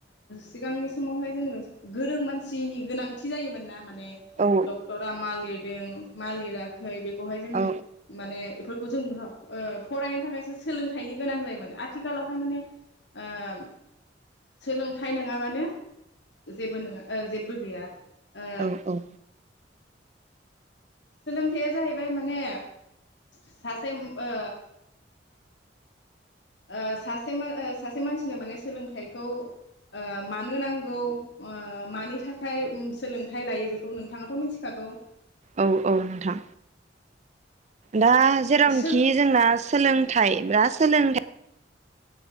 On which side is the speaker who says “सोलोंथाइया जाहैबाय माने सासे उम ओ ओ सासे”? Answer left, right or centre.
Left